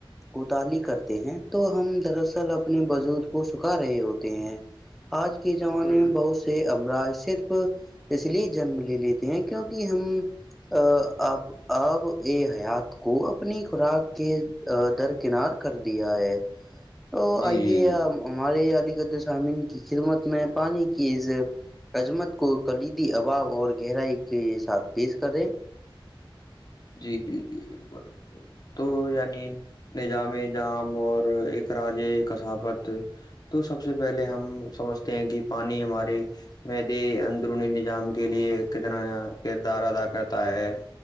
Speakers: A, in the centre; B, on the left.
A: کوتالی کرتے ہیں تو ہم دراصل اپنے وجود کو سکھا رہے ہوتے ہیں آج کے زمانے
B: بالکل بالکل
A: میں بہت سے سے امراج صرف اس لیے جنم لے لیتے ہیں کیونک ہم ا آپ اب ا حیات کو اپنی خوراک کے درکنار کر دیا ہے ا
B: جی
A: آئیے
B: جی
A: ہمارے علی قدصامین کی خدمت میں پانی کی عظمت کو کلیدی اباب اور گہرائی کے ساتھ پیش کریں
B: جی جی جی بالکل بالکل تو یعنی نظام جام اور ا راج کثافت تو سب سے پہلے ہم سمجھتے ہیں کہ پانی ہمارے مدی اندرونی نظام کے لیے کتنا کردار ادا کرتا ہے